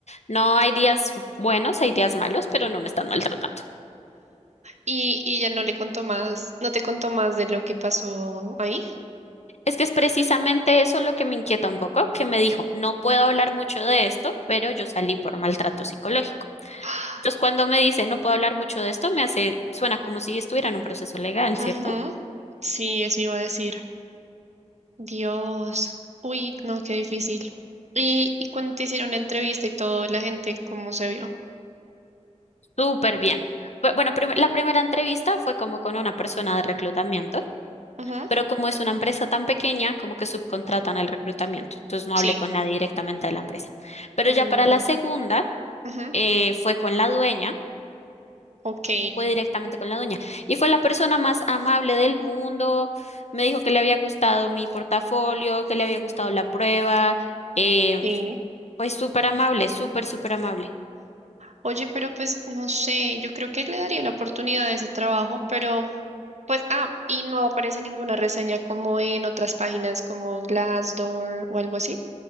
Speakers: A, on the left; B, on the right.
A: no hay días buenos, hay días malos, pero no me están maltratando.
B: Y, y ya no le contó más, no te contó más de lo que pasó ahí.
A: Es que es precisamente eso lo que me inquieta un poco, que me dijo, no puedo hablar mucho de esto, pero yo salí por maltrato psicológico.
B: <gasps>
A: Entonces, cuando me dice, no puedo hablar mucho de esto, me hace, suena como si estuviera en un proceso legal,
B: Ujú,
A: ¿cierto?
B: Sí, eso iba a decir. Dios, uy, no, qué difícil. Y, y cuando te hicieron la entrevista y todo, la gente, ¿cómo se vio?
A: Súper bien. Bu- Bueno, prim- la primera entrevista fue como con una persona de reclutamiento.
B: Ujú,
A: pero como es una empresa tan pequeña, como que subcontratan el reclutamiento. Entonces no
B: Sí.
A: hablé con nadie directamente de la empresa. Pero
B: Mm,
A: ya para la segunda,
B: ujú.
A: eh, fue con la dueña,
B: Ok,
A: fue directamente con la dueña. Y fue la persona más amable del mundo. Me dijo que le había gustado mi portafolio, que le había gustado la prueba. Eh,
B: sí.
A: pues súper amable, súper, súper amable.
B: Oye, pero pues no sé, yo creo que le daría la oportunidad a ese trabajo, pero pues, ah, y no aparece ninguna reseña como en otras páginas como Glassdoor o algo así.